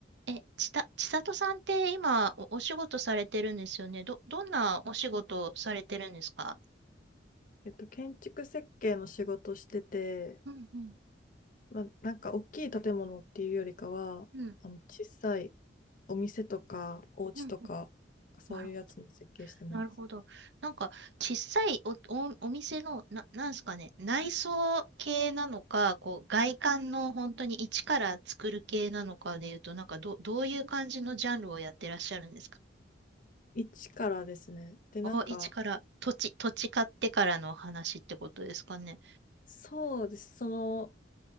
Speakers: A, on the right; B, on the left.
A: え、ちた、千里さんって今お、お仕事されてるんですよね。ど、どんなお仕事されてるんですか
B: えっと、建築設計の仕事してて、
A: うんうん。
B: まあ、なんか大きい建物っていうよりかは、
A: うん、
B: あの小さいお店とかお家とか、
A: うん、うん。
B: そういうやつの設計してます。
A: なるほど。なるほど。なんか、小さいお、お、お店の、な、なんですかね、内装系なのか、こう、外観の本当に一から作る系なのかでいうと、なんか、ど、どういう感じのジャンルをやってらっしゃるんですか
B: 一からですね。で、なんか、
A: お、一から、土地、土地買ってからの話ってことですかね。
B: そうです。その、